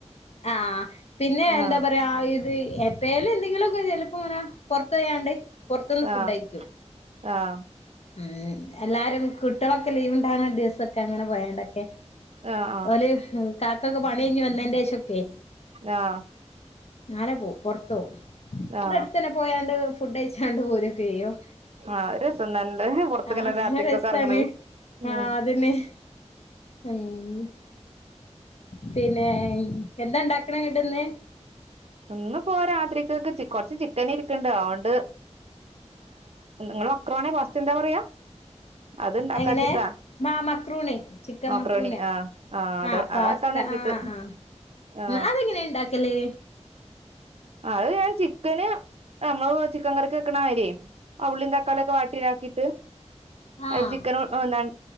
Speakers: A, on the left; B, on the right.
A: ആഹ് പിന്നെ എന്താ
B: ആഹ്
A: പറയാ ഇത് എപ്പേലും എന്തെങ്കിലൊക്കെ ചെലപ്പൊങ്ങനെ പൊറത്തോയാണ്ട് പൊറത്ത്ന്ന്
B: ആഹ്
A: ഫുഡയിക്കും.
B: ആഹ്
A: ഉം എല്ലാരും കുട്ടികളൊക്കെ ലീവ്ണ്ടാണ് ദിവസൊക്കെ അങ്ങനെ പോയണ്ടൊക്കെ
B: ആഹ്
A: ഓല് കാക്കക്കെ പണി കഴിഞ്ഞ് വന്നതിന് ശേഷൊക്കെ
B: ആഹ്
A: നാലെ പോവും പൊറത്ത് പോവും
B: ആഹ്
A: പോയാണ്ട് ഫുഡ് കഴിച്ചാണ്ട് പോരൊക്കെ ചെയും
B: ആഹ് രസം തന്നെ പുറത്ത്ങ്ങനെ
A: ആഹ്
B: രാത്രിക്കൊക്കെ
A: രസാണ്
B: ഇറങ്ങണത് ഉം
A: ആഹ് അതന്നെ <unintelligible> പിന്നെ എന്താ ഉണ്ടാക്കണെ എന്നിട്ട് ഇന്ന്
B: ഇന്ന്പ്പൊ രാത്രിക്കക്ക് കൊറച്ച് ചിക്കനിരിപ്പൊണ്ട് അതോണ്ട്- നിങ്ങ മക്രോണി പാസ്ത എന്താ പറയാ- അത് ഇണ്ടാക്കാച്ചിട്ടാ
A: എങ്ങനെ മാ മക്രൂണി ചിക്കൻ
B: മക്രോണി
A: മക്രൂണിയ
B: ആഹ് അത്
A: ആഹ് പാസ്ത
B: അതാക്കാന്ന് കരുതിട്ട്
A: ആഹ് ആഹ്
B: ആഹ്
A: അതെങ്ങനെ ഉണ്ടാക്കല്
B: അത് ഞാൻ ചിക്കന് നമ്മള് ചിക്കൻ വറ്ത്ത് വെക്കണ മാതിരി ആഹ് ഉള്ളീം തക്കാളീം ഒക്കെ വാട്ടിയിലാക്കിയിട്ട്
A: ആഹ്
B: അത് ചിക്കനും-